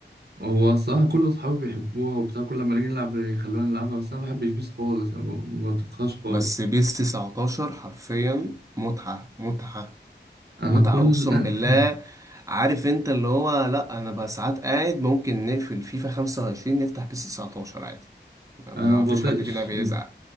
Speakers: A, on the right; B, on the right.
A: هو الصراحة كل أصحابي بيحبوها وبتاع كل لما نيجي نلعب يخلونا نلعبها بس أنا ما بحبش بيس خالص أنا ما بطيقهاش خالص
B: بس بيس 19 حرفيا متعه متعه
A: أنا
B: متعة
A: كل
B: أقسم بالله
A: <laughs>
B: عارف أنت اللي هو لأ أنا بقى ساعات قاعد ممكن نقفل فيفا 25 نفتح بيس 19 عادي ما ما
A: أنا ما بطيقش
B: فيش حد فينا بيزعل